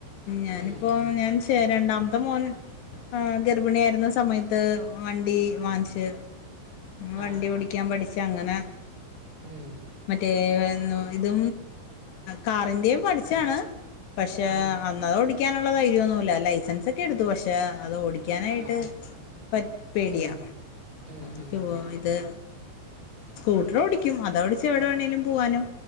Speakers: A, on the left (about 65°); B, on the right (about 35°).
A: ഞാനിപ്പോ
B: ഉം ഉം
A: ഞാൻ രണ്ടാമത്തെ മോൻ ആഹ് ഗർഭിണി ആരുന്ന സമയത്ത് വണ്ടി വാങ്ങിച്ച് വണ്ടി
B: ആഹ്
A: ഓടിക്കാൻ
B: ആഹ്
A: പഠിച്ചങ്ങനെ
B: ഉം
A: മറ്റേ ഏഹ് ഇതും കാറിന്റേം പഠിച്ചാണ് പഷേ
B: ആഹ്
A: അന്നത് ഓടിക്കാനുള്ള ധൈര്യന്നുവില്ല ലൈസൻസ് ഒക്കെ എടുത്തു പഷേ അത് ഓടി ക്കാനായിട്ട്
B: ആഹ് ആഹ്
A: പറ്റ് പേടിയാ
B: ഉം ഉം
A: റ്റുവോ
B: ഉം ഉം ഉം
A: ഇത് സ്കൂട്ടർ ഓടിക്കും അതോടിച്ച് എവിടെ വേണെലും പോവാനും